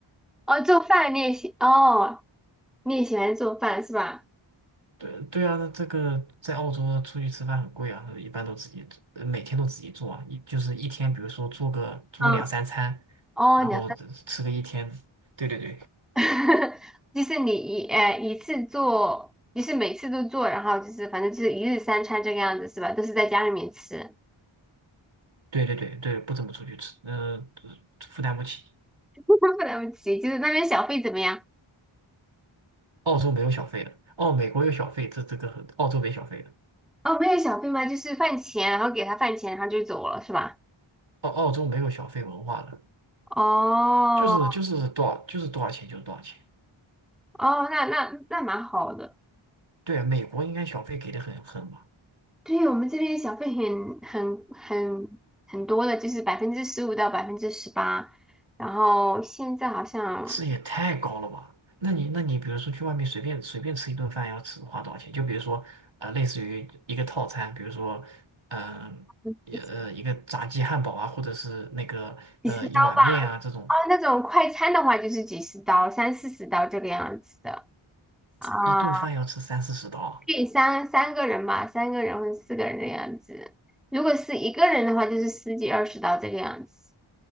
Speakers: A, in the centre; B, on the right.
A: 哦，做饭你也喜，哦，你也喜欢做饭是吧？
B: 对对啊，那这个在澳洲出去吃饭很贵啊，一般都自己做，呃每天都自己做啊，一就是一天，比如说做个做个两三餐，
A: 啊，哦，
B: 然后只吃个一天。
A: 你
B: 对对对
A: <laughs> 就是你一呃一次做，就是每次都做，然后就是反正就是一日三餐这个样子是吧？都是在家里面吃，
B: 对对对对，不怎么出去吃，嗯、负担不起。
A: <laughs> 不了不起。就是那边小费怎么样？
B: 澳洲没有小费的，哦，美国有小费，这这个很，澳洲没小费的，
A: 哦，没有小费吗？就是饭钱，然后给他饭钱，然后就走了是吧？
B: 澳澳洲没有小费文化的，
A: 哦
B: 就是就是多少就是多少钱就是多少钱。
A: 哦，那那那蛮好的。
B: 对啊，美国应该小费给的很很吧，
A: 对我们这边小费很很很很多的，就是百分之十五到百分之十八，然后现在好像
B: 这也太高了吧？那你那你比如说去外面随便随便吃一顿饭要吃花多少钱？就比如说呃，类似于一个套餐，比如说嗯、
A: 嗯
B: 也呃一个炸鸡汉堡啊，或者是那个呃一碗面啊这种，
A: 几十刀哦，那种快餐的话就是几十刀，三四十刀这个样子的啊，
B: 一顿饭要吃三四十刀啊，
A: 可以三三个人吧，三个人或者四个人的样子。如果是一个人的话，就是十几二十刀这个样子。